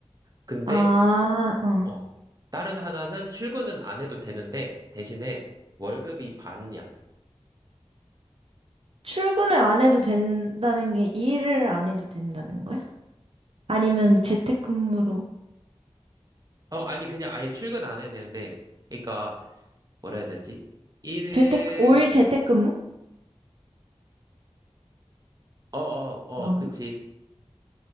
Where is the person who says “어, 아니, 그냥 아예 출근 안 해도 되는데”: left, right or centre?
Right